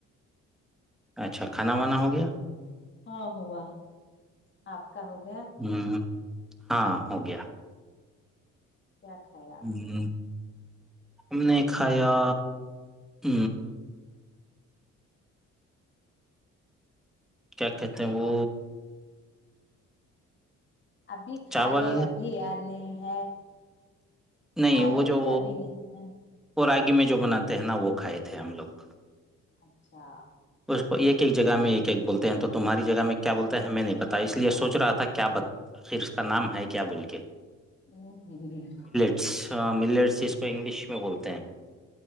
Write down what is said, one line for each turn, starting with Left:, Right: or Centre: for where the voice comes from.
Centre: اچھا کھانا وانا ہو گیا
Left: ہاں ہوا آپ کا ہو گیا
Centre: ہ ہاں ہو گیا
Left: کیاھایا
Centre: ہ ہم نے کھایا ہ کیا کہتے ہیں وہ
Left: ابھی کھائےائے
Centre: چاول
Left: ابھی یاد نہیں ہے
Centre: نہیں
Left: کھائے
Centre: وہ جو
Left: کہ ابھی نہیں ہے
Centre: وہ راگی میں جو بناتے ہیں نا وہ کھائے تھے ہم لوگ
Left: اچھا
Centre: اس کو ایک ایک جگہ میں ایک ایک بولتے ہیں تو تمہاری جگہ میں کیا بولتا ہے ہمیں نہیں پتا اس لیے سوچ رہا تھا کیا آخر اس کا نام ہے کیا بول کے
Left: ا ہوں ہ
Centre: اچھا ملیٹس جس کو انگلش میں بولتے ہیں